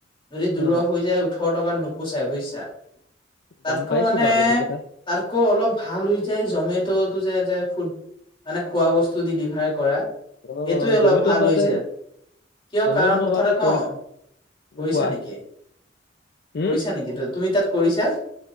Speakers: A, on the left; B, on the left.
A: যদি
B: অ
A: দূৰ হৈ যায় ওঠৰ টকাত নোপোচাই বুজিছা। তাতকৈ
B: গম পাইছো
A: মানে
B: বাৰু এইটো কথা
A: তাতকৈ অলপ ভাল হৈ যায় জমেটত- যে যে ফুড মানে খোৱা বস্তু ডিলিভাৰ কৰা।
B: অ
A: এইটোয়ে অলপ
B: জমেট'ত
A: ভাল
B: বাৰুতে
A: হৈছে। কিয়
B: জমেট'ত
A: কাৰণ
B: মই
A: কথা
B: বাৰুতে
A: এটা কওঁ,
B: কৰি
A: কৰিছা
B: কোৱা
A: নেকি?
B: উম
A: কৰিছা নেকি তুমি তাত কৰিছা?